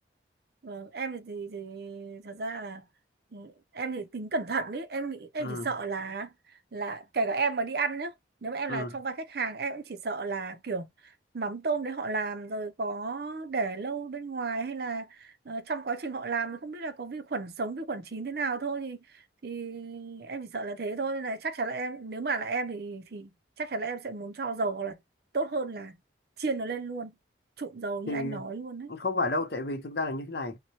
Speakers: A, on the right (about 55°); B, on the left (about 55°).
A: Vâng, em thì, thì thì thật ra là ừ, em thì tính cẩn thận ý, em nghĩ em
B: Ừm,
A: chỉ sợ là là kể cả em mà đi ăn nhá, nếu mà em
B: ừm.
A: là trong vai khách hàng em cũng chỉ sợ là kiểu mắm tôm đấy họ làm rồi có để lâu bên ngoài hay là ờ, trong quá trình họ làm thì không biết là có vi khuẩn sống vi khuẩn chín thế nào thôi thì thì em chỉ sợ là thế thôi nên là chắc chắn là em nếu mà là em thì thì chắc chắn là em sẽ muốn cho dầu hoặc là tốt hơn là chiên nó lên luôn trụng dầu như
B: thì
A: anh nói luôn đấy
B: không phải đâu tại vì thực ra là như thế này